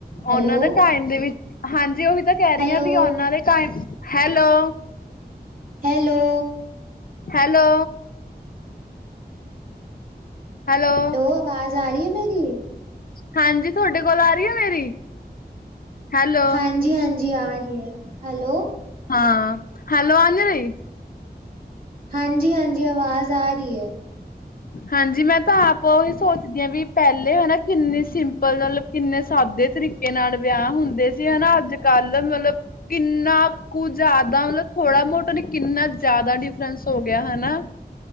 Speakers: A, on the right; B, on the left.
A: ਹੈਲੋ
B: ਉਹਨਾਂ ਦੇ ਟਾਈਮ ਦੇ ਵਿੱਚ, ਹਾਂਜੀ ਉਹੀ ਤਾਂ ਕਹਿ ਰਹੀ
A: ਹੈਲੋ
B: ਆਂ ਵੀ ਉਹਨਾਂ ਦੇ time, hello!
A: Hello!
B: Hello. Hello.
A: ਆਵਾਜ਼ ਆ ਰਹੀ ਹੈ ਮੇਰੀ
B: ਹਾਂਜੀ, ਥੋਡੇ ਕੋਲ ਆ ਰਹੀ ਆ, ਮੇਰੀ? ਹੈਲੋ
A: ਹਾਂਜੀ-ਹਾਂਜੀ, ਆ ਰਹੀ ਐ, ਹੈਲੋ।
B: ਹਾਂ, ਹੈਲੋ ਅੰਜਲੀ।
A: ਹਾਂਜੀ-ਹਾਂਜੀ, ਅਵਾਜ਼ ਆ ਰਹੀ ਏ।
B: ਹਾਂਜੀ, ਮੈਂ ਤਾਂ ਆਪ ਉਹੀ ਸੋਚਦੀ ਆਂ, ਵੀ ਪਹਿਲੇ ਹਨਾ ਕਿੰਨੀ ਸਿੰਪਲ ਗਲ ਕਿੰਨੇ ਸਾਦੇ ਤਰੀਕੇ ਨਾਲ ਵਿਆਹ ਹੁੰਦੇ ਸੀ ਹਨਾ, ਅੱਜ-ਕੱਲ ਮਤਲਬ ਕਿੰਨਾ ਕੁ ਜ਼ਿਆਦਾ, ਮਤਲਬ ਥੋੜਾ-ਮ੍ਹੋਟਾ ਨਹੀਂ ਕਿੰਨਾ ਜ਼ਿਆਦਾ ਡਿਫਰੈਂਸ ਹੋਗਿਆ, ਹਨਾ।